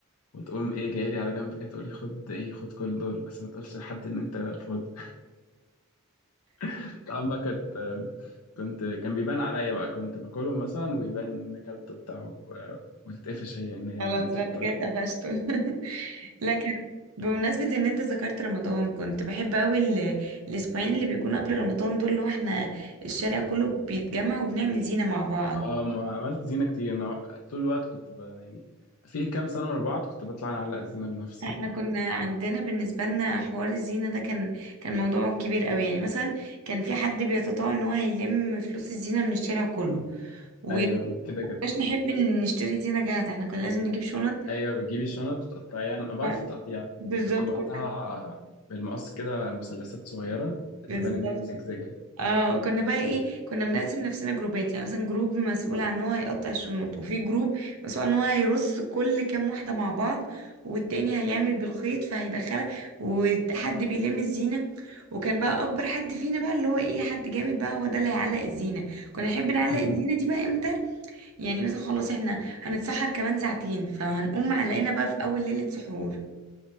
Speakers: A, on the left; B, on the right.
A: وتقوم إيه جاية لي على جنب كده تقولي خد إيه خد كل دول بس ما تقولش لحد إن أنت فاضي <laughs> طبعا بقى كانت آه، كنت كان بيبان عليا بقى كنت باكله مثلا ويبان إن أكلته بتاعه آه، وتتقفش هي إن هي
B: خلاص
A: بتفطر
B: بقى انت كده قفشته <laughs> لكن بمناسبة ان انت ذكرت رمضان كنت بحب قوي ال- الاسبوعين اللي بيكونوا قبل رمضان دول اللي هو احنا الشارع كله بيتجمع وبنعمل زينة مع بعض
A: اه ما عملت زينة كتير انا طول الوقت كنت ب... يعني في كام سنة ورا بعض كنت بطلع انا اعلق الزينة بنفسي
B: احنا
A: يعني
B: كنا
A: كنت
B: عندنا بالنسبة لنا حوار الزينة ده كان كان موضوع كبير قوي يعني مثلا كان في حد بيتطوع ان هو هيلم فلوس الزينة من الشارع كله وما
A: ايوه كده كده
B: كناش نحب ان نشتري زينة جاهزة احنا كنا لازم نجيب شنط
A: ايوه بتجيبي الشنط وتقطعيها انا بعرف
B: ف-
A: التقطيع
B: بالظبط
A: كنت بقطعها
B: كنا
A: بالمقص كده مثلثات صغيرة
B: بالظبط
A: تبان ان هي مزجزجة
B: اه كنا بقى ايه كنا بنقسم نفسنا جروبات يعني مثلا جروب مسؤول عن ان هو هيقطع الشنط وفي جروب مسؤول عن ان هو هيرص كل كام واحده مع بعض والتاني هيعمل بالخيط فهيدخلها وحد بيلم الزينه وكان بقى اكبر حد فينا بقى اللي هو ايه حد جامد بقى هو ده اللي هيعلق الزينه كنا نحب نعلق
A: مم.
B: الزينه دي بقى امتى يعني مثلا خلاص احنا هنتسحر كمان ساعتين فهنقوم معلقينها بقى في اول ليله سحور